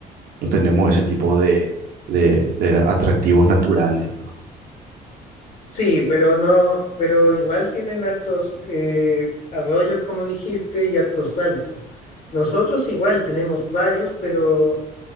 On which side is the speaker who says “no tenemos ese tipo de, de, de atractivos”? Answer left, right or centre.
Right